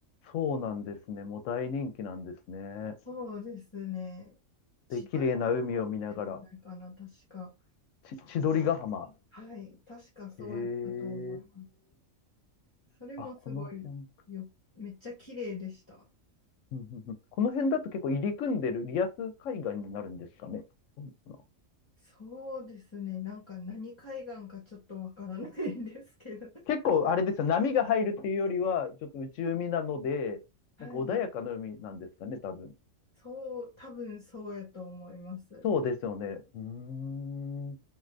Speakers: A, on the left (about 75°); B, on the left (about 25°).
A: そうなんですね。もう大人気なんですね。
B: そうですね。千鳥ヶ浜って名前かな、
A: で、綺麗な海を見ながら。
B: 確か。
A: ち千鳥ヶ浜。
B: はい、確かそうやったと思います。
A: へえ
B: それもすごいよ、
A: あ、この辺。
B: めっちゃ綺麗でした。
A: うんうんうんこの辺だと結構入り組んでるリアス海岸になるんですかね。そうなのかな
B: そうですね、なんか何海岸かちょっとわからないんですけど、<laughs>
A: 結構あれですよ、波が入るっていうよりは、ちょっと内海なので、
B: はい、
A: なんか穏やかな海なんですかね、多分。
B: そう、多分そうやと思います。
A: そうですよね。うーん。